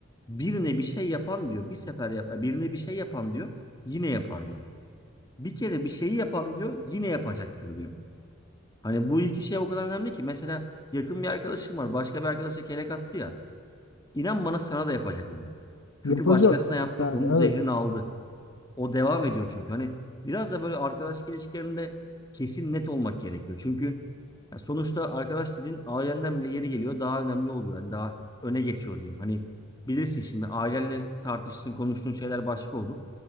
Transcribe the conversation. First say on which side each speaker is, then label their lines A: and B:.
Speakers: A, on the left; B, on the left.
A: Birine bir şey yapan diyor. Bir sefer yap, "Yani birine bir şey yapan diyor. Yine yapar diyor. Bir kere bir şeyi yapan diyor. Yine yapacaktır diyor. Hani bu iki şey o kadar önemli ki. Mesela yakın bir arkadaşım var. Başka bir arkadaşa kelek attı ya. İnan bana sana da yapacak onu. Çünkü
B: yapacak.
A: başkasına yaptı,
B: Yani
A: onun
B: evet.
A: zehrini aldı. O devam ediyor çünkü. Hani biraz da böyle arkadaşlık ilişkilerinde kesin net olmak gerekiyor. Çünkü ya sonuçta arkadaş dediğin ailenden bile yeri geliyor daha önemli oluyor. Hani daha öne geçiyor diyeyim. Hani bilirsin şimdi ailenle tartıştığın, konuştuğun şeyler başka olur.